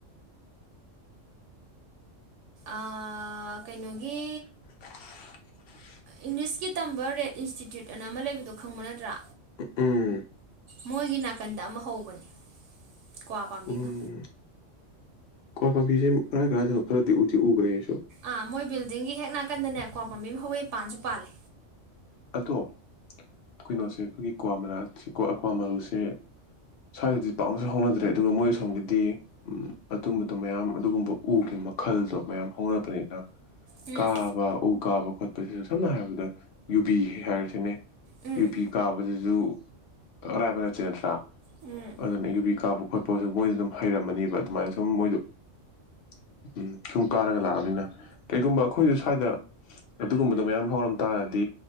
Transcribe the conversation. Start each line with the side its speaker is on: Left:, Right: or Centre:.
Left: <inaudible> <unintelligible>
Right: ꯑ ꯀꯩꯅꯣꯒꯤ
Left: <unintelligible> <inaudible>
Right: ꯏꯪꯂꯤꯁꯀꯤ ꯇꯝꯕ ꯔꯦꯠ ꯏꯟꯁꯇꯤꯇ꯭ꯌꯨꯠ ꯑꯅ ꯑꯃ ꯂꯩꯕꯗꯨꯣ ꯈꯪꯕ ꯅꯠꯇ꯭ꯔꯥ
Left: ꯎꯝ
Right: ꯃꯣꯏꯒꯤ ꯅꯥꯀꯟꯗ ꯑꯃ ꯍꯧꯕꯅꯤ ꯀ꯭ꯋꯥ ꯄꯥꯝꯕꯤ
Left: ꯎꯝ
Right: ꯑꯃ
Left: ꯀ꯭ꯋꯥ ꯄꯥꯝꯕꯤꯁꯦ ꯀꯔꯥꯏ ꯀꯔꯥꯏ ꯗꯅꯣ ꯈꯔꯗꯤ ꯎꯗꯤ ꯎꯒ꯭ꯔꯦ ꯑꯩꯁꯨ
Right: ꯑꯥ ꯃꯣꯏ ꯕꯤꯜꯗꯤꯡꯒꯤ ꯍꯦꯛ ꯅꯥꯀꯟꯗꯅꯦ ꯀ꯭ꯋꯥ ꯄꯥꯕꯤ ꯑꯃ ꯍꯧꯋꯦꯄꯥꯟꯁꯨ ꯄꯥꯜꯂꯦ
Left: ꯑꯗꯣ ꯀꯩꯅꯣꯁꯦ ꯑꯩꯈꯣꯏꯒꯤ ꯀ꯭ꯋꯥ ꯀ꯭ꯋꯥ ꯃꯔꯨꯁꯦ ꯁ꯭ꯋꯥꯏꯗꯗꯤ ꯄꯥꯛꯅꯁꯨ ꯍꯧꯅꯗ꯭ꯔꯦ ꯑꯗꯨꯒ ꯃꯣꯏ ꯑꯁꯣꯝꯒꯤꯗꯤ ꯑꯗꯨꯝꯕꯗꯣ ꯃꯌꯥꯝ ꯑꯗꯨꯒꯨꯝꯕ ꯎꯒꯤꯕ ꯃꯈꯜꯗꯣ ꯃꯌꯥꯝ ꯍꯧꯅꯕꯅꯤꯅ
Right: ꯎꯝ
Left: ꯀꯥꯕ ꯎ ꯀꯥꯕ ꯈꯣꯠꯄ ꯁꯤꯗ ꯁꯝꯅ ꯍꯥꯏꯔꯕꯗ ꯌꯨꯕꯤ ꯍꯥꯏꯔꯤꯁꯤꯅꯦ
Right: ꯎꯝ
Left: ꯌꯨꯕꯤ ꯀꯥꯕꯗꯁꯨ ꯑꯔꯥꯏꯕ ꯅꯠꯇꯦ ꯅꯠꯇ꯭ꯔꯥ
Right: ꯎꯝ
Left: ꯑꯗꯨꯅ ꯌꯨꯕꯤ ꯀꯥꯕ ꯈꯣꯠꯄꯁꯨ ꯃꯣꯏꯁꯨ ꯑꯗꯨꯝ ꯍꯩꯔꯝꯃꯅꯦꯕ ꯑꯗꯨꯃꯥꯏꯅ ꯁꯨꯝ ꯃꯣꯏꯗꯣ <inaudible> <unintelligible> ꯎꯝ ꯁꯨꯝ ꯀꯥꯔꯒ ꯂꯥꯛꯑꯕꯅꯤꯅ ꯀꯩꯒꯨꯝꯕ ꯑꯩꯈꯣꯏꯁꯨ ꯁ꯭ꯋꯥꯏꯗ ꯑꯗꯨꯒꯨꯝꯕꯗꯣ ꯃꯌꯥꯝ ꯍꯧꯔꯝ ꯇꯥꯔ ꯗꯤ